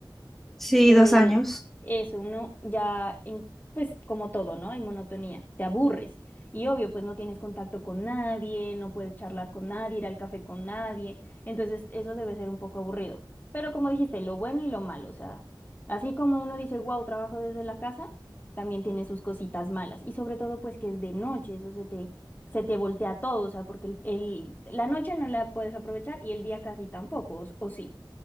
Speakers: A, in the centre; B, on the left.
A: Sí,
B: eh,
A: dos años.
B: eso, uno ya, en- pues como todo, ¿no? Hay monotonía, te aburres. Y obvio, pues no tienes contacto con nadie, no puedes charlar con nadie, ir al café con nadie. Entonces, eso debe ser un poco aburrido. Pero como dijiste, lo bueno y lo malo, o sea, así como uno dice, wow, trabajo desde la casa, también tiene sus cositas malas. Y sobre todo, pues que es de noche, eso se te, se te voltea todo, o sea, porque el, el- la noche no la puedes aprovechar y el día casi tampoco, o o sí,